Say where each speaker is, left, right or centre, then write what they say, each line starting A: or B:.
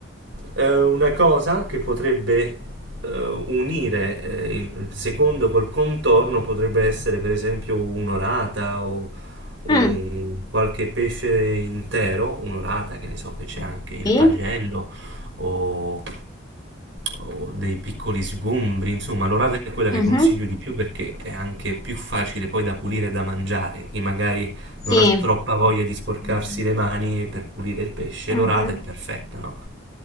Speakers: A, on the right; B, on the left.
A: Eh, una cosa che potrebbe eh, unire eh, il secondo col contorno potrebbe essere per esempio un'orata o un-
B: Mm,
A: qualche pesce intero, un'orata che ne so che c'è anche il
B: Sì.
A: pagello o o dei piccoli sgombri, insomma, l'orata è quella
B: Mhm.
A: che consiglio di più perché è anche più facile poi da pulire e da mangiare. Chi magari
B: Sì,
A: non ha troppa voglia di sporcarsi le mani per pulire il pesce,
B: mhm,
A: l'orata è perfetta, no?